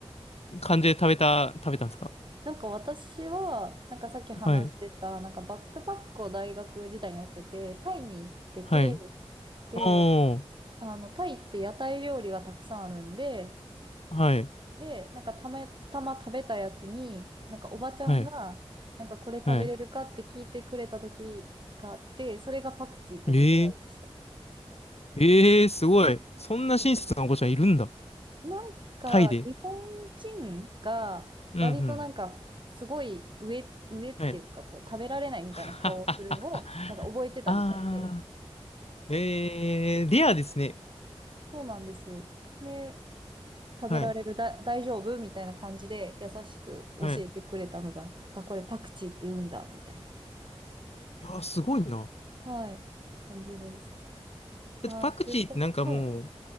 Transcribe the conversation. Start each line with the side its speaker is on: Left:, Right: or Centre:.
Left: 感じで食べた、食べたんですか
Right: なんか私は、なんかさっき話してた、
Left: はい。
Right: なんかバックパックを大学時代にやってて、タイに行ってて、
Left: はい。
Right: で、
Left: おー。
Right: あの、タイって屋台料理がたくさんあるんで、
Left: はい。
Right: で、なんかたまたま食べたやつに、なんかおばちゃんが、
Left: はい。
Right: なんかこれ食べれるかって聞いてくれた時があって、
Left: はい。
Right: それがパクチーとの出会いでした。
Left: えー、えー、すごい。そんな親切なお子ちゃんいるんだ。
Right: なんか、
Left: タイで。
Right: 日本人が、
Left: うんうん。
Right: 割となんか、すごい上、上っていうか、
Left: はい。
Right: こう、食べられないみたいな顔をするのを、
Left: <laughs> はは。
Right: なんか覚えてたみたいで、
Left: あー。えー、レアですね。
Right: そうなんですよ。で、食べられるだ、
Left: はい。
Right: 大丈夫みたいな感じで、優しく教えてくれたのが、
Left: はい。い
Right: あ、これパクチーって言うんだ、みたいな、
Left: やー、すごいな。
Right: はい、感じです。
Left: だってパクチーってなんかもう、
Right: あー、中華、はい。